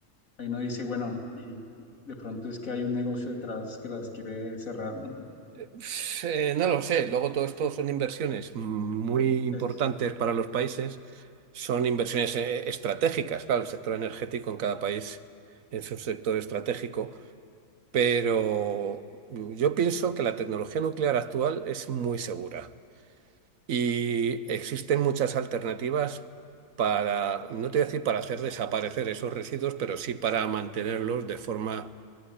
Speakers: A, on the left; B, on the right.
A: ahí uno dice, bueno, y de pronto es que hay un negocio detrás que las quiere cerrar, ¿no?
B: Eh, no lo sé. Luego todo esto son inversiones muy importantes
A: Es
B: para los países. Son inversiones eh, estratégicas. Claro, el sector energético en cada país es un sector estratégico. Pero yo pienso que la tecnología nuclear actual es muy segura. Y existen muchas alternativas para, no te voy a decir para hacer desaparecer esos residuos, pero sí para mantenerlos de forma...